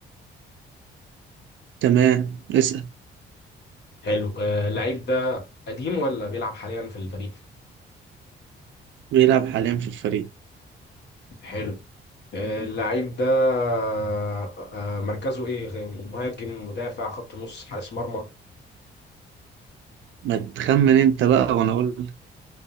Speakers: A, on the right (about 70°); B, on the left (about 60°).
A: تمام اسأل
B: حلو آه، اللعيب ده قديم ولا بيلعب حاليا في الفريق
A: بيلعب حاليا في الفريق
B: حلو آه، اللعيب ده آه، مركزه ايه غ- مهاجم مدافع خط نص حارس مرمى
A: ما تخمن انت بقى وانا اقول لك.